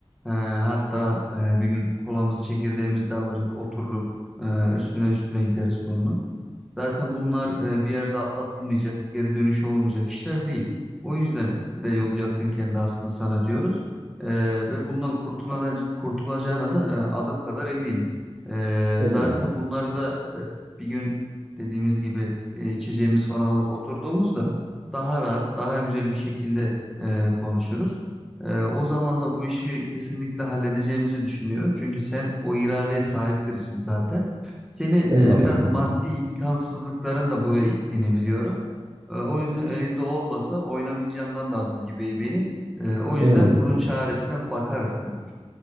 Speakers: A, in the centre; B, on the right (about 40°).
A: E, hatta e, bir gün kolamızı çekirdeğimizi de alırız, otururuz. E, üstüne üstüne gideriz konunun. Zaten bunlar e, bir yerde atlatılmayacak, geri dönüşü olmayacak işler değil. O yüzden de yolu yakınken de aslında sana diyoruz. E, ve bundan kurtulana, kurtulacağına da e, adım kadar eminim. E,
B: Eyvallah.
A: zaten bunları da e, bir gün dediğimiz gibi e, içeceğimiz falan alıp oturduğumuzda daha rahat, daha güzel bir şekilde e, konuşuruz. E, o zaman da bu işi kesinlikle halledeceğimizi düşünüyorum. Çünkü sen o iradeye sahip birisin zaten. Seni e,
B: Eyvallah
A: biraz
B: kankam.
A: maddi imkansızlıkların da buraya ittiğini biliyorum. E, o yüzden elinde olmasa oynamayacağından da adım gibi eminim. E, o yüzden
B: Eyvallah
A: bunun
B: kankam.
A: çaresine bakarız kanka.